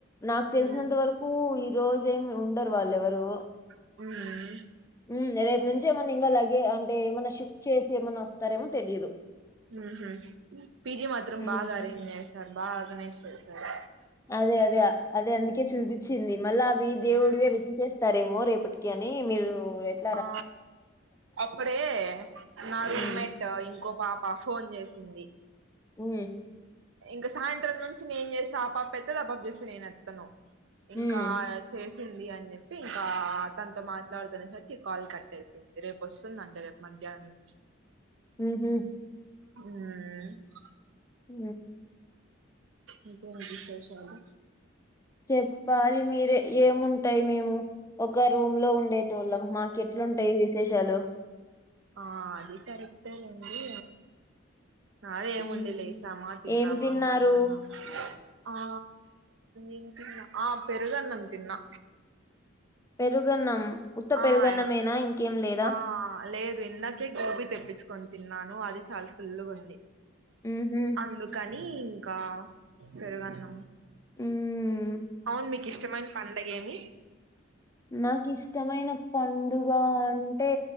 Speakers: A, on the left (about 15°); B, on the right (about 70°).
A: నాకు తెలిసినంత
B: మ్మ్
A: వర కూ ఈ రోజ ఏమి ఉండరు వాళ్ళెవరు
B: ఉమ్
A: ఉమ్ రేపు నుంచి ఏమన్నా లగే అంటే ఏమన్నా షిఫ్ట్ చేసి ఏమైన్నా వస్తారేమో తెలీయదు
B: ఉహు పీజి మాత్రం
A: మ్మ్
B: బాగ ఉంది తర్ బాగా ఆర్గనైజ్ చేస్తార్
A: అదే అదే అదే అందుకే చూపించింది మళ్ళా అవి దేవుడివే
B: మ్మ్
A: వితించేస్తారేమో రేపటి అని మీరు ఎట్
B: ఆ అప్పుడే నా
A: హ్మ్.
B: రూమ్ మేట్ ఇంకో పాప ఫోన్ చేసింది
A: ఉ
B: ఇంక సాయంత్రం నుంచి నేను చేస్తా ఆ పాప ఎత్తేది ఆపాప్ చూస్తే నేను ఎస్తాను ఇంకా
A: హ్మ్.
B: చేస్ తుంది అని చెప్పి ఇంకా తనతో మాట్లాడుతునేసరికి కాల్ కట్ అయిపోయింది రేపు వస్తుందంటే రేపు మధ్యాహ్నం నుంచి
A: ఉహు
B: హు
A: ఉ
B: ఇంకేం అండి విశేషాలు.
A: చెప్పాలి మీరె ఏముంటాయి మేము ఒక రూమ్ లో ఉండే ట్ వొళ్ళం మాకు ఎట్ల ఉంటాయి విశేషాలు
B: ఆ అది కరెక్ట్టె లే అండి నాది ఏముంది
A: హ్మ్.
B: లె లేసామ తిన్నామా
A: ఏం తిన్నారు?
B: పడుకున్నామా ధ ఆ ఏం తిన్నా ఆ పెరుగన్నం తిన్నా
A: పెరుగన్నం ఉత్త పెరుగన్నమేన
B: ఆ
A: ఇంకేం లేదా
B: ఆ లేదు ఇందక్ కి గోబీ తెప్పించుకొని తిన్నాను అది చాలా ఫుల్లుగా ఉంది
A: ఉహు
B: అందుకని ఇంక పెరుగన్నం
A: ఉమ్
B: అవును మీకు ఇష్టమైన పండగ ఏమి?
A: నాకు ఇష్టమైన పండుగ అంటే